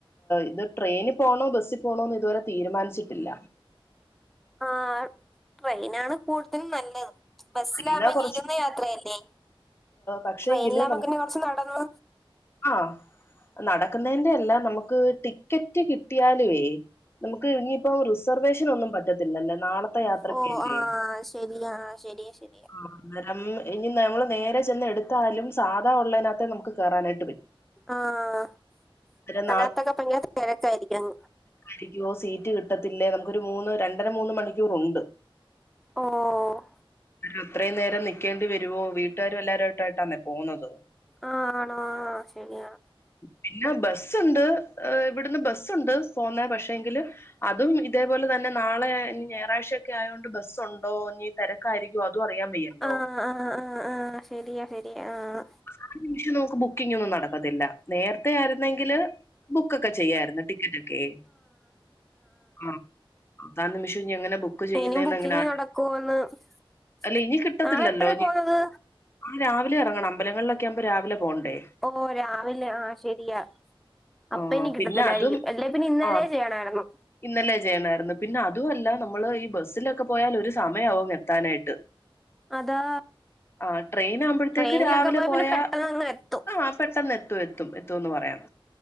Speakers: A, on the left (about 25°); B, in the centre.
A: ഇത് ട്രെയിനി പോണോ ബസ്സിൽ പോണോന്ന് ഇതുവരെ തീരുമാനിച്ചിട്ടില്ല
B: ആഹ് ട്രെയിനാണ് കൂടുതലും നല്ലത് ബസ്സില
A: പിന്നെ
B: ആകുമ്പോ
A: കുറച്ച്
B: ഇരുന്ന യാത്രയല്ലേ
A: പക്ഷേങ്കില്
B: ട്രെയിനിലാവുമ്പോക്കന്നെ കൊറച്ച് നടന്നു
A: ആഹ് നടക്കുന്നതിന്റെ അല്ല നമുക്ക് ടിക്കറ്റ് കിട്ടിയാലുവേ നമുക്ക് ഇനിയിപ്പം റിസർവേഷൻ ഒന്നും പറ്റില്ല പറ്റത്തില്ലല്ലോ നാളത്തെ യാത്രക്കല്ലേ
B: ഓ ആഹ് ശരിയാ ശരിയാ ശരിയാ
A: അന്നേരം ഇനി നമ്മള് നേരെ ചെന്ന് എടുത്താലും സാധാ ഉള്ളതിനകത്തെ നമുക്ക് കേറാനായിട്ടും
B: ആഹ്
A: അന്നേരം
B: അതിനകതൊക്കെ ഭയങ്കര തെരെക്കായർക്കും
A: രിക്കുവോ സീറ്റ് കിട്ടത്തില്ലേ നമുക്കൊരു മൂന്ന് രണ്ടര മൂന്ന് മണിക്കൂർണ്ട്
B: ഓഹ്
A: ആഹ് അത്രയും നേരം നിക്കേണ്ടി വരുവോ വീട്ടുകാരും എല്ലാവരുമായിട്ടായിട്ടാന്നെ പോന്നത്
B: ആഹ് ആണോ ആഹ് ശെരിയാ
A: പിന്നെ ബസ്സ്ണ്ട് ഇവിടുന്ന് ബസ്സുണ്ട് പോന്നെ പക്ഷേ എങ്കില് അതും ഇതേപോലെ തന്നെ നാളെ ഇനി ഞായറാഴ്ചയൊക്കെ ആയോണ്ട് ബസ്സുണ്ടോ ഞ്ഞി ക്കരിക്കും അതും അറിയാൻ വയ്യല്ലോ
B: ആഹ് ആഹ് ആഹ് ആഹ് ശരിയാ ശരിയാ ആഹ്
A: ആ നിമിഷം നമുക്ക് ബുക്കിംഗ് ഒന്നും നടക്കത്തില്ല നേരത്തെ ആയിരുന്നെങ്കില് ബുക്കൊക്കെ ചെയ്യാർന്നു ടിക്കറ്റൊക്കെ ആഹ് അതാ നിമിഷം എങ്ങനെ ബുക്ക് ചെയ്യുന്നന്ന്
B: ഇനിയും ബുക്കിംഗ്
A: അങ്ങനെ ആഹ
B: <unintelligible>
A: അല്ല ഇനി കിട്ടത്തില്ലല്ലോ
B: നാളെ എപ്പഴാ പോന്നത്
A: ആഹ് രാവിലെ ഇറങ്ങണം അമ്പലങ്ങളിലൊക്കെ ആവുമ്പോ രാവിലെ പോകണ്ടേ
B: ഓഹ് രാവിലെ ആ ശരിയാ അപ്പ
A: ആഹ്
B: ഇനി കിട്ടത്തില്ലായിരിക്കും
A: പിന്നെ അതും
B: അല്ലേപ്പിന്നെ ഇന്നലെ
A: ആഹ്
B: ചെയ്യണായിരുന്നു
A: ഇന്നലെ ചെയ്യണമായിരുന്നു പിന്നെ അതുമല്ല നമ്മള് ഈ ബസ്സിലൊക്കെ പോയാൽ ഒരു സമയമാവും എത്താനായിട്ട്
B: അതാ
A: ആഹ് ട്രെയിൻ ആകുമ്പോഴത്തേക്ക്
B: ട്രെയിനിലൊക്കെ
A: രാവിലെ
B: പോയാൽ
A: പോയാ
B: പിന്നെ പെട്ടെന്ന് അങ്ങ് എത്തും
A: ആഹ് പെട്ടെന്ന് എ എത്തും എത്തുന്ന് പറയാം